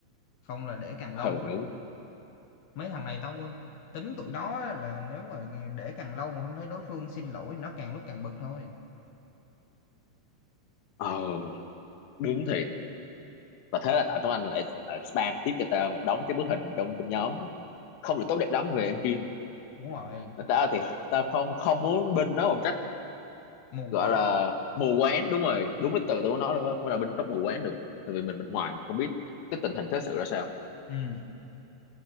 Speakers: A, on the left; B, on the left.
A: không là để càng
B: ừ
A: lâu
B: đúng
A: mấy thằng này tao tính tụi đó là nếu mà để càng lâu mà không thấy đối phương xin lỗi nó càng lúc càng bực thôi
B: ờ đúng thiệt và thế là tại Tuấn Anh lại, lại spam tiếp cho tao một đống cái bức hình trong trong nhóm không được tốt đẹp lắm về em Kim
A: đúng rồi
B: Mà tao thì tao không không muốn binh nó một trách
A: mù
B: gọi
A: quáng
B: là mù quáng đúng rồi đúng cái từ tao muốn nói luôn á không là binh có mù quáng được tại vì mình bên ngoài mình không biết cái tình hình thế sự ra sao
A: ừ